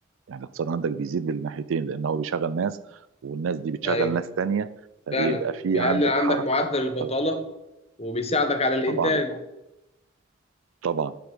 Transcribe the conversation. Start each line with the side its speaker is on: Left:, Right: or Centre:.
Right: يعني الاقتصاد عندك بيزيد بالناحيتين لان هو بيشغل ناس والناس دي بتشغل
Left: ايوه
Right: ناس تانية فبيبقى
Left: فعلا
Right: في
Left: بيقلل
Right: عندك
Left: عندك
Right: حركة
Left: معدل البطالة
Right: فالح-
Left: وبيساعدك على الانتاج
Right: طبعا طبعا